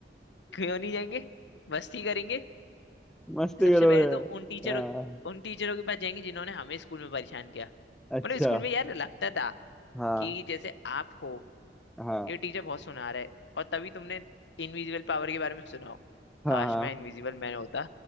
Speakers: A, on the left; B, in the centre.
A: क्यों नहीं जाएंगे मस्ती करेंगे
B: मस्ती
A: सबसे
B: करोगे
A: पहले तो उन टीचरों
B: हाँ,
A: उन टीचरों के पास जाएंगे जिन्होंने हमें स्कूल में परेशान किया
B: अच्छा
A: मतलब स्कूल में यार लगता था
B: हाँ
A: कि जैसे आप हो
B: हाँ
A: ये टीचर बहुत सुना रहा है और तभी तुमने इनविजिबल पावर के बारे में सुना हो
B: हाँ
A: काश
B: हाँ
A: मैं इनविजिबल मैन होता